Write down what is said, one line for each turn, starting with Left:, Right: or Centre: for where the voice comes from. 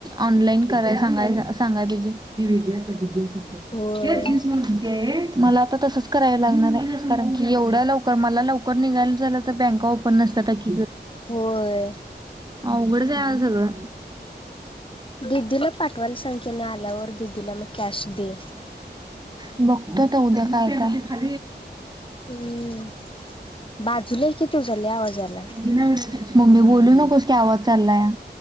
Right: ऑनलाईन कराय सगाय सांगाय पाहिजे. ती वेगळ्या असता जीनस असत्या
Left: होय
Right: हे जीनस <unintelligible> मला आता तसंच कराय लागणार ये कारण की एवढ्या लवकर मला लवकर निघायला झालं तर बँका ओपन नसत्याता की
Left: होय
Right: अवघड जाया सगळं
Left: दिदीला पाठवाला सांग की नी आल्यावर दिदीला मग कॅश दे
Right: बघतो आता उद्या काय काय
Left: हम्म बाजूला की तुझा लय आवाज आलाय
Right: वि नक मम्मी बोलू नकोस की आवाज चालला या